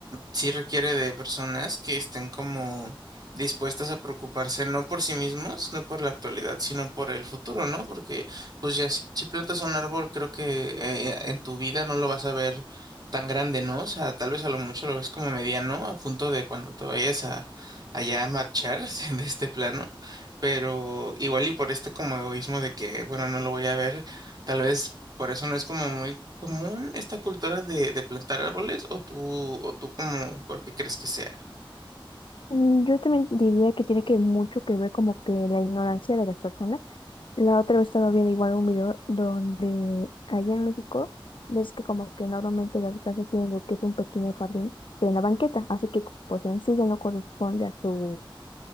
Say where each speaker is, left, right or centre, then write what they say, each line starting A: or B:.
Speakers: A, on the right; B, on the left.
A: sí requiere de personas que estén como dispuestas a preocuparse no por sí mismos, no por la actualidad, sino por el futuro, ¿no? Porque pues ya si, si plantas un árbol, creo que eh, en tu vida no lo vas a ver tan grande, ¿no? O sea, tal vez a lo mucho lo ves como mediano, a punto de cuando te vayas a allá a marchar <laughs> de este plano. Pero igual y por este como egoísmo de que, bueno, no lo voy a ver, tal vez por eso no es como muy ¿Común esta cultura de, de plantar árboles o tú, o tú como, porque crees que sea?
B: Mm, Yo también diría que tiene que mucho que ver como que la ignorancia de las personas La otra vez estaba viendo igual un video donde allá en México ves que como que normalmente las casas tienen lo que es un pequeño jardín, pero en la banqueta, así que pues en sí ya no corresponde a su,